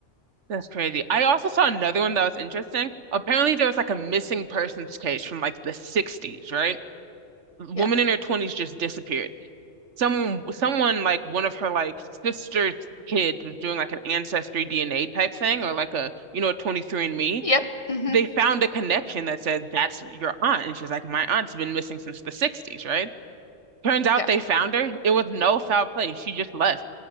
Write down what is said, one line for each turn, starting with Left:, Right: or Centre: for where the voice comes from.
Right: that's crazy. I also saw another one that was interesting. Apparently, there was like a missing persons case from like the 60s, right? A Woman
Left: Yeah.
Right: in her 20s just disappeared. some someone like one of her like sister's kids was doing like an ancestry DNA type thing
Left: Yeah.
Right: or like a you know a 23 and me.
Left: Yep. hmm
Right: They found a connection that said that's your aunt, and she's like, my aunt's been missing since the 60s, right? Turns out
Left: Yeah.
Right: they found her. It was no foul play. She just left.